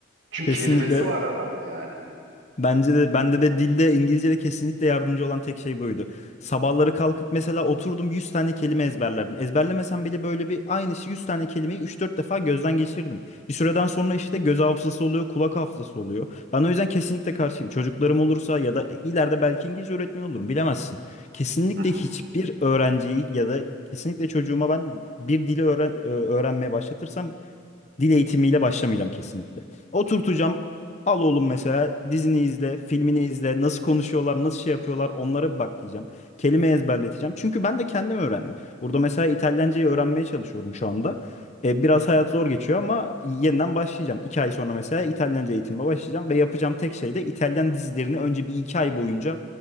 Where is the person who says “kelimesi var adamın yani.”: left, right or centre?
Right